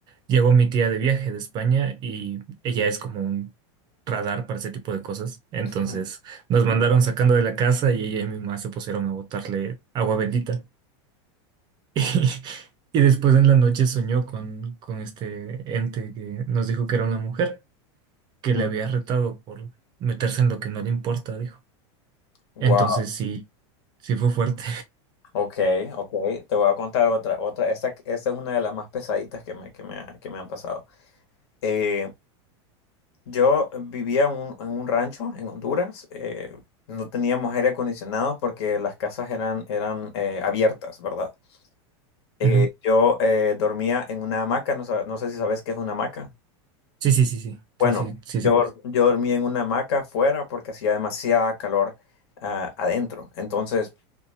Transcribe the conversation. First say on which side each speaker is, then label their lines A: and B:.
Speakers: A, on the right (about 30°); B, on the left (about 60°).
A: llegó mi tía de viaje de España y ella es como un radar para ese tipo de cosas. Entonces,
B: Ujú.
A: nos mandaron sacando de la casa y ella y mi mamá se pusieron a botarle agua bendita. <laughs> Y después en la noche soñó con, con este ente que nos dijo que era una mujer, que
B: Mm.
A: le había retado por meterse en lo que no le importa, dijo.
B: Wow.
A: Entonces sí, sí fue fuerte.
B: Ok, ok. Te voy a contar otra, otra. Esta, esta es una de las más pesaditas que me, que me, ha- que me han pasado. Eh, yo vivía en un, en un rancho en Honduras. eh, no teníamos aire acondicionado porque las casas eran, eran eh, abiertas, ¿verdad? Eh,
A: <laughs> Ujú.
B: yo eh, dormía en una hamaca. No, sa- no sé si sabes qué es una hamaca.
A: Sí, sí, sí, sí,
B: Bueno,
A: sí, sí, sí,
B: yo,
A: sé que es.
B: yo dormí en una hamaca afuera porque hacía demasiada calor ah, adentro. Entonces,